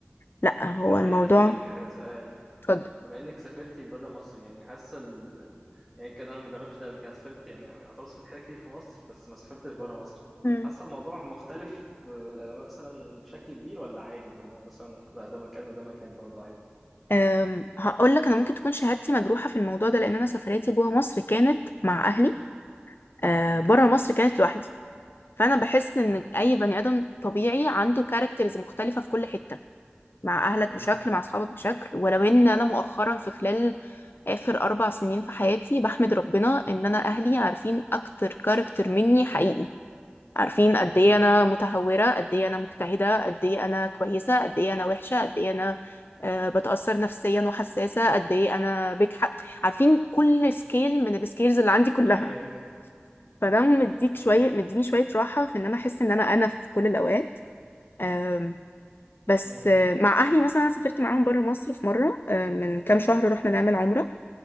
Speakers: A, on the left (about 65°); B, in the centre.
A: لا
B: مم.
A: هو
B: طب
A: الموضوع
B: عايز أسألك سؤال
A: اتفضل
B: بما إنك سافرتي بره مصر يعني حاسة ال... ال... يعني كده أنا ما جربتش ده قبل كده أنا سافرت يعني أعتبر سافرت حاجات كتير في مصر بس ما سافرتش بره مصر
A: مم.
B: حاسة الموضوع مختلف آه، مثلا بشكل كبير ولا عادي اللي هو مثلا لا ده مكان وده مكان برضه عادي
A: أم هقول لك انا ممكن تكون شهادتي مجروحه في الموضوع ده لان انا سفرياتي جوه مصر كانت مع اهلي أه
B: مم.
A: بره مصر كانت لوحدي فانا بحس ان
B: مم.
A: اي بني ادم طبيعي عنده كاركترز مختلفه في كل حته مع اهلك
B: مم.
A: بشكل مع اصحابك بشكل ولو ان انا مؤخرا في خلال اخر اربع سنين في حياتي بحمد ربنا ان انا اهلي عارفين اكتر كاركتر مني حقيقي عارفين
B: مم.
A: قد ايه انا متهوره قد ايه انا مجتهده قد ايه انا كويسه قد ايه انا وحشه قد ايه انا آه، بتاثر نفسيا وحساسه قد ايه انا بجحق عارفين كل سكيل من السكيلز اللي عندي كلها
B: ايوه
A: فده مديك
B: <laughs> أمم،
A: شويه مديني شويه راحه في ان انا احس ان انا انا في كل الاوقات آم، بس
B: أمم،
A: آه، مع اهلي مثلا أنا سافرت معاهم بره مصر في مره آه، من كام شهر رحنا نعمل عمره